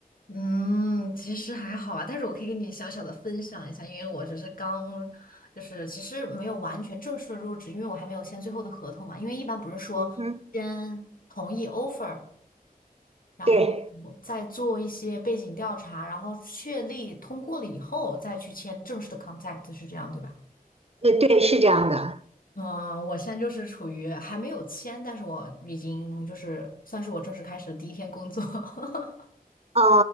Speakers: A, on the left; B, on the right.
A: 嗯，其实还好啊，但是我可以给你小小的分享一下，因为我只是刚，就是其实没有完全正式的入职，因为我还没有签最后的合同嘛。因为一般不是说先同意
B: 嗯哼，
A: offer，然后
B: 对，
A: 再做一些背景调查，然后确立通过了以后再去签正式的 contract，是这样对吧？
B: 对呃，，是这样的。
A: 嗯，我现在就是处于还没有签，但是我已经就是算是我正式开始的第一天工作。<laughs>
B: 呃